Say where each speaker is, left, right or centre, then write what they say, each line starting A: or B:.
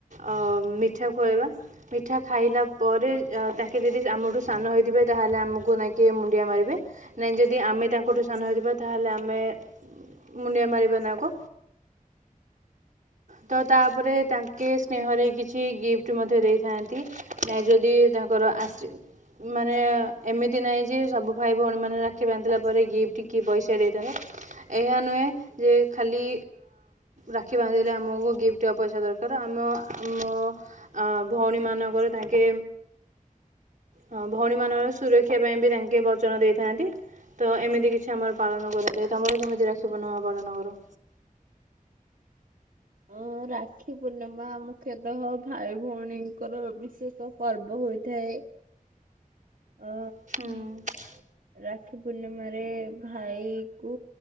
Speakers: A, on the right; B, on the right.
A: ଅମ୍ ମିଠା ଖୁଆଇବା। ମିଠା ଖାଇଲା ପରେ ଅ ତାଙ୍କେ ଯଦି ଆମଠୁ ସାନ ହେଇଥିବେ ତାହେଲେ ଆମକୁ ଙ୍କୁ ନେଇକି ମୁଣ୍ଡିଆ ମାରିବେ ନାଇଁ ଯଦି ଆମେ ତାଙ୍କଠୁ ସାନ ହେଇଥିବା ତାହେଲେ ଆମେ ମୁଣ୍ଡିଆ ମାରିବା ନାକୋ ତ ତାପରେ ତାଙ୍କେ ସ୍ନେହରେ କିଛି ଗିଫ୍ଟ ମଧ୍ୟ ଦେଇଥାଆନ୍ତି। ନାଇଁ ଯଦି ତାଙ୍କର ଆଶ୍ରୀ ମାନେ ଏମିତି ନାଇଁ ଯେ ସବୁ ଭାଇ ଭଉଣୀ ମାନେ ରାକ୍ଷୀ ବାନ୍ଧଥିଲା ପରେ ଗିଫ୍ଟ କି ପଇସା ଦେଇଦେବେ। ଏହା ନୁଏ ଯେ ଖାଲି ରାକ୍ଷୀ ବାନ୍ଧିଲେ ଆମକୁ ଗିଫ୍ଟ ବା ପଇସା ଦରକାର ଆମ ଆମ ଅ ଭଉଣୀ ମାନଙ୍କର ତାଙ୍କେ ହଁ ଭଉଣୀ ମାନଙ୍କର ସୁରକ୍ଷା ପାଇଁ ବି ତାଙ୍କେ ବଚନ ଦେଇଥାନ୍ତି। ତ ଏମିତି କିଛି ଆମର ପାଳନ କରାଯାଏ ତମର କେମିତି ରାଖି ପୂର୍ଣ୍ଣିମା ପାଳନ କର?
B: ଅଁ ରାକ୍ଷୀ ପୂର୍ଣ୍ଣିମା ମୁଖ୍ୟତଃ ଭାଇ ଭଉଣୀଙ୍କର ବିଶେଷ ପର୍ବ ହୋଇଥାଏ। ଅ
A: ହୁଁ
B: ରାକ୍ଷୀ ପୂର୍ଣ୍ଣିମାରେ ଭାଇ କୁ।